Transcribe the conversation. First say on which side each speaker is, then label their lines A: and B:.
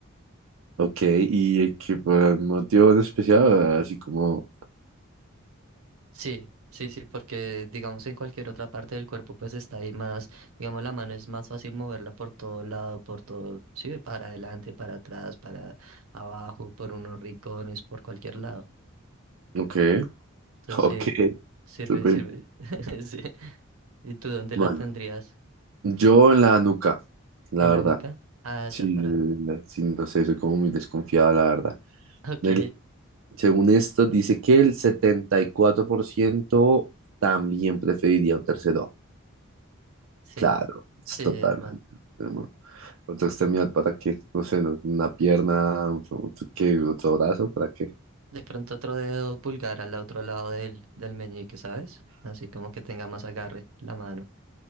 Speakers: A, on the right (about 70°); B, on the right (about 80°).
A: Ok, y eh, que por algún motivo en especial, así como,
B: sí, sí, sí, porque digamos en cualquier otra parte del cuerpo pues está ahí más, digamos la mano es más fácil moverla por todo lado, por todo, sí, para adelante, para atrás, para abajo, por unos rincones, por cualquier lado.
A: ok,
B: Entonces
A: <laughs> ok,
B: sirve,
A: súper.
B: sirve, sirve. <laughs> Sí. ¿Y tú dónde
A: Bueno,
B: la tendrías?
A: yo en la nuca, la
B: ¿En
A: verdad.
B: la nuca? Ah,
A: Sí,
B: ya para.
A: eh, sí, no sé, soy como muy desconfiado, la verdad.
B: Ok,
A: El- según esto, dice que el 74% también preferiría un tercer ojo.
B: sí,
A: Claro, es
B: sí,
A: totalmente
B: es más.
A: enfermo. Otra extremidad para qué, no sé, no, una pierna, otro, ¿qué? otro brazo para qué.
B: De pronto otro dedo pulgar al otro lado del, del meñique, ¿sabes? Así como que tenga más agarre la mano.